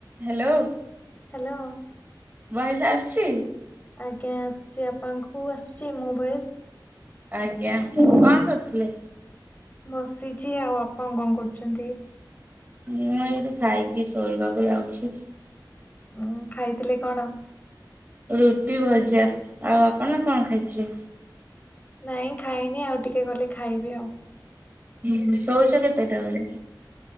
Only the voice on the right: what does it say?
Hello.
Voice ଆସୁଛି।
ଆଜ୍ଞା କଣ କରୁଥିଲେ?
ମୁଁ ଏଇଠି ଖାଇକି ଶୋଇବାକୁ ଯାଉଛି।
ରୁଟି ଭଜା ଆଉ ଆପଣ କଣ ଖାଇଥିଲେ?
ହୁଁ ଶଉଛ କେତେ ଟା ବେଳେ?